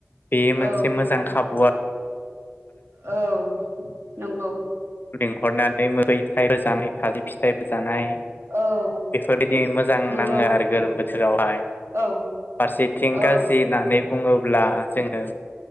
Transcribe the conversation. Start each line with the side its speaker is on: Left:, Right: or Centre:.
Left: बेयो मोनसे
Right: औ नंगौ
Left: मोजां खाबु आरो।
Right: औ नंगौ।
Left: लिंहरनानै मोहै फिथाय होजानाय खाजि फिथाइ जानाय।
Right: औ
Left: बेफोरबायदि मोजां
Right: नंगौ
Left: नाङो आरो गोलोम बोथोरावहाय।
Right: औ
Left: फारसेथिं
Right: औ
Left: गाज्रि होननानै बुङोब्ला जोङो।